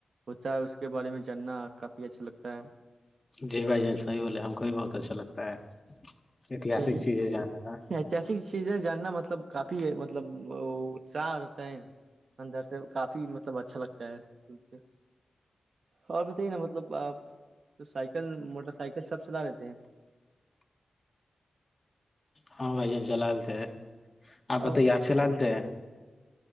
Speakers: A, on the right (about 75°); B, on the left (about 30°).
A: ہوتا ہے اس کے کے بارے میں جاننا کافی اچھا لگتا ہے
B: جی بھائی جان صحیح بولے ہم کو بھی بہت اچھا لگتا ہے ایتہاسک
A: چلیے
B: چیز ہے جاننے کا
A: ایتہسک چیزیں جاننا مطلب کافی مطلب اتساہ رہتا ہے نا اندر سے کافی مطلب اچھا لگتا ہے س اور بتائیے نا مطلب آپ سائیکل موٹر سائیکل سب چلا لیتے ہیں
B: ہاں بھائی ہم چلا لیتے ہیں آپ بتائی
A: اب
B: یار چلا رہتے ہیں